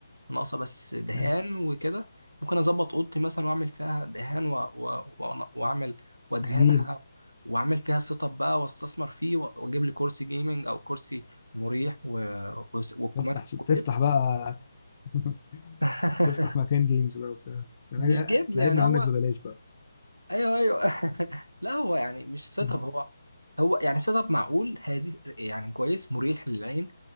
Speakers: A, on the right; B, on the left.
A: ناقصة بس دهان
B: حلو.
A: وكده ممكن أظبط أوضتي مثلا وأعمل فيها دهان و... و... و... وأعمل وأدهنها
B: جميل
A: وأعمل فيها سيت أب بقى وأستثمر فيه و- وأجيب لي كرسي جيمنج أو كرسي مريح و... و... ومكتب
B: تفتح تفتح
A: كويس
B: بقى <laughs>
A: <laughs>
B: تفتح مكان جيمز بقى وبتاع
A: مش جيبز
B: تلعبنا
A: يعني
B: عندك
A: هو
B: ببلاش بقى
A: ايوه ايوه <laughs> لا هو يعني مش سيت
B: <laughs>
A: اب هو هو يعني سيت اب معقول هادي يعني كويس مريح للعين